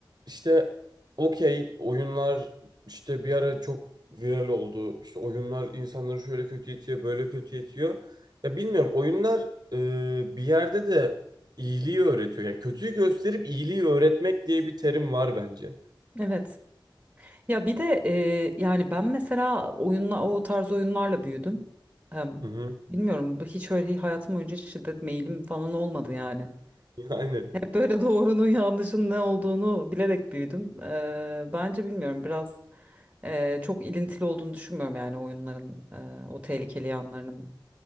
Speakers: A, on the right (about 50°); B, on the right (about 15°).
A: işte okey oyunlar işte bir ara çok viral oldu. İşte oyunlar insanları şöyle kötü itiyor, böyle kötü itiyor. Ya bilmiyorum oyunlar e, bir yerde de iyiliği öğretiyor. Yani kötüyü gösterip iyiliği öğretmek diye bir terim var bence.
B: Evet ya bir de e, yani ben mesela oyunla o tarz oyunlarla büyüdüm. Ee,
A: Hı hı.
B: bilmiyorum hiç öyle hayatım önce şiddet meyilim falan olmadı yani.
A: <laughs> Yani
B: Hep böyle doğrunun yanlışın ne olduğunu bilerek büyüdüm. Eee, bence bilmiyorum biraz eee, çok ilintili olduğunu düşünmüyorum yani oyunların eee, o tehlikeli yanlarının